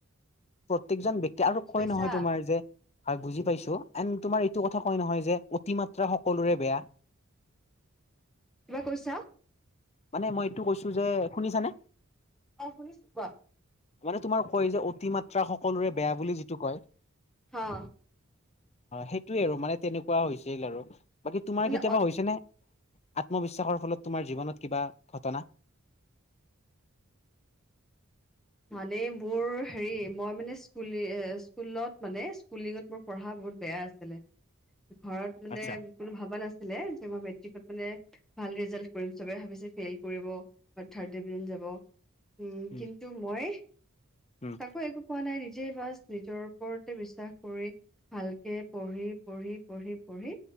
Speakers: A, on the left; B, in the centre.
A: প্ৰত্য়েকজন ব্ক্তি আৰু
B: বুজি
A: কয়
B: পাইছা
A: নহয় তোমাৰ যে হয় বুজি পাইছো এন তোমাৰ এইটো কথা কয় নহয় যে অতি মাত্ৰা সকলোৰে বেয়া।
B: কিবা কৈছা?
A: মানে মই এইটো কৈছো যে শুনিছানে?
B: অ' শুনিছো কুৱোৱা।
A: মানে তোমাৰ কয় যে অতি মাত্ৰা সকলোৰে বে যিটো কয়
B: হা
A: সেইে আৰু মানে তেনেকুৱা হৈছিল আৰু বাকী তোমাৰ
B: মানে
A: কেতিয়াবা হৈছে নে আত্মবিশ্বাসৰ ফলত তোমাৰ জীৱনত কিবা ঘটনা।
B: মানে মোৰ হেৰি মই মানে স্কুলি স্কুলত মানে স্কুলিঙত মোৰ পঢ়া বহুত বেয়া আছিলে ঘৰত মানে
A: আচ্ছা
B: কোনো ভবা নাছিল যে মই মেট্ৰিক মানে ভাল ৰিজাল্ট কৰিম চোবাই ভাবিছে ফাইল কৰিব বাত থিৰ্ড ডিভিজন যাব উম,
A: উম,
B: কিন্তু মই
A: উম,
B: কাকো একো পোৱা নাই নিজেই বাছ নিজৰ ওপৰতে বিশ্বাস কৰি ভালকে পঢ়ি পঢ়ি পঢ়ি পঢ়ি